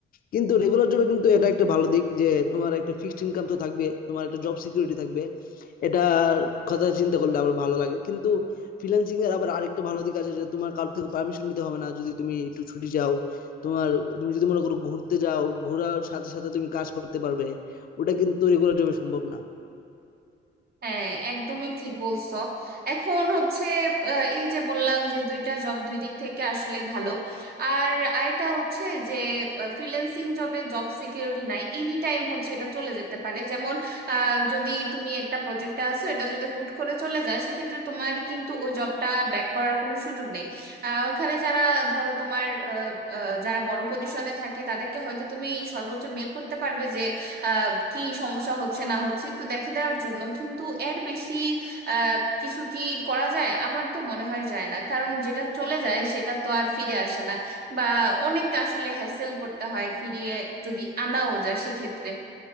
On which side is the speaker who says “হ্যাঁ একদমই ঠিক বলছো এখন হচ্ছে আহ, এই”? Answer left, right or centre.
Right